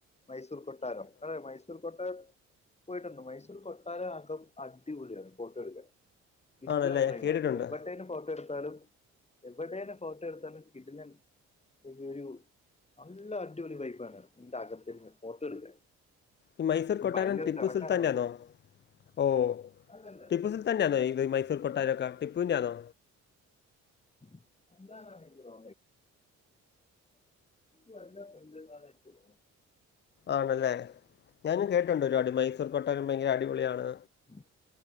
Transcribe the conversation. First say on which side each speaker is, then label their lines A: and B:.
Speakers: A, on the left; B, on the left.
A: മൈസൂർ കൊട്ടാരം അതേ മൈസ് മൈസൂർ കൊട്ടാരം പോയിട്ടുണ്ട് മൈസൂർ കൊട്ടാരം അകം അടിപൊളിയാണ് ഫോട്ടോ എടുക്കാൻ കിടിലം
B: ആണല്ലേ
A: ഫ്രെയിം
B: ഞാൻ കേട്ടിട്ടുണ്ട്
A: ആണ് എവിടേലും ഫോട്ടോ എടുത്താലും എവിടേലും ഫോട്ടോ എടുത്താലും കിടിലം ഇയ്യോ ഒരു നല്ല അടിപൊളി വൈബാണ് അതിന്റെ അകത്ത് നിന്ന് ഫോട്ടോ എടുക്കാൻ
B: ഈ മൈസൂർ
A: ഇത്
B: കൊട്ടാരം
A: ഭയങ്കര
B: ടിപ്പു
A: തിരക്കാണല്ലോ
B: സുൽത്താന്റെ ആണോ ഓ
A: അല്ലല്ലല്ല
B: ടിപ്പു സുൽ തന്നെയാണോ ഈ മൈസൂർ കൊട്ടാരക്കെ ടിപ്പൂന്റെയാണോ
A: <unintelligible> ഇപ്പം നല്ല <unintelligible>
B: ആണല്ലേ, ഞാനും കേട്ടിട്ടുണ്ടൊരുപാട് മൈസൂർകൊട്ടാരംഭയങ്കര അടിപൊളിയാണ്.
A: ഉം